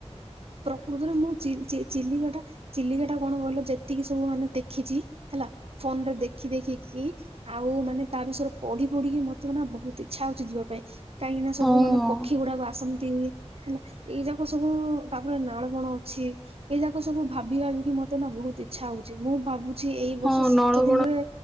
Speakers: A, on the right; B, in the centre.
A: ପ୍ରକୃତରେ ମୁଁ ଚି- ଚି ଚିଲିକାଟା ଚିଲିକାଟା କଣ କହିଲ, ଯେତିକି ସବୁ ମାନେ ଦେଖିଛି ହେଲା ଫୋନରେ ଦେଖି ଦେଖିକି ଆଉ ମାନେ ତା ବିଷୟରେ ପଢି ପଢିକି ମତେ ନା, ବହୁତ ଇଚ୍ଛା ହଉଛି ଯିବା ପାଇଁ। କାଇଁକିନା
B: ହଁ
A: ସବୁ ମାନେ ପକ୍ଷୀ ଗୁଡାକ ଆସନ୍ତି ହେଲା, ଏଇ ଯାକ ସବୁ ତାପରେ ନାଳ ବଣ ଅଛି, ଏଇ ଯାକ ସବୁ ଭାବି ଭାବିକି ମତେ ନା ବହୁତ ଇଚ୍ଛା ହଉଛି। ମୁଁ ଭାବୁ ଛି ଏଇ ବର୍ଷ
B: ହଁ
A: ଶୀତ
B: ନଳବଣ
A: ଦିନରେ